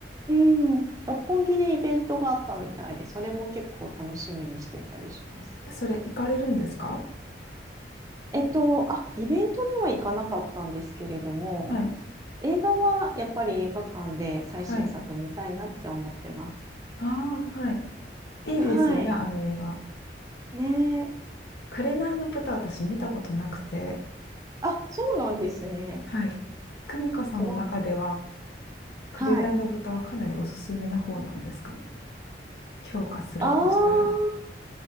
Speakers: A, on the right (about 20°); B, on the left (about 65°).
A: うん、六本木でイベントがあったみたいで、それも結構楽しみにしてたりします。
B: えそれ行かれるんですか
A: えっと、あ、イベントには行かなかったんですけれども、
B: はい。
A: 映画はやっぱり映画館で最新作見たいなって思ってます。
B: はい。ああはい。いいですよね、
A: はい。
B: あの映画。
A: ねえ。
B: 紅の豚私見たことなくて、
A: あ、そうなんですね。
B: はい。久美子さんの中では、
A: 飛ば、はい。
B: 紅の豚はかなりおすすめな方なんですかね。強化するとしたら。
A: ああ、